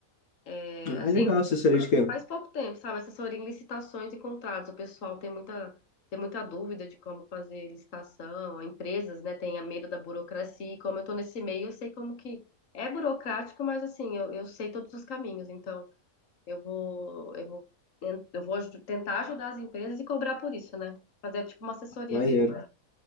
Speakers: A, on the left; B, on the left.
A: É,
B: Ah,
A: assim,
B: é legal essa que é
A: Faz pouco tempo, sabe? Assessoria em licitações e contratos. O pessoal tem muita, tem muita dúvida de como fazer licitação. Empresas, né, têm medo da burocracia. E como eu tô nesse meio, eu sei como que é burocrático, mas assim, eu, eu sei todos os caminhos. Então, eu vou, eu vou, eu vou aj- tentar ajudar as empresas e cobrar por isso, né? Fazer tipo uma assessoria
B: Maneiro.
A: mesmo.